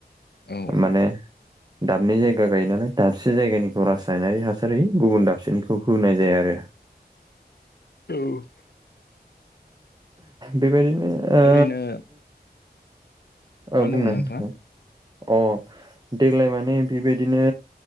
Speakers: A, on the left (about 70°); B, on the right (about 25°).
A: औ
B: माने दाबनै जायगा गायो नालाय दाबसे जायगानिखौ रासायनारि हासार होयो गुबुन दाबसेनिखौ होनाय जाया आरो।
A: औ।
B: बेबायदिनो ओ
A: ओरैनो
B: औ
A: मा होनदोंमोन
B: बुंनाय
A: नोंथाङा
B: नोंथां अ। देग्लाय माने बेबायदिनो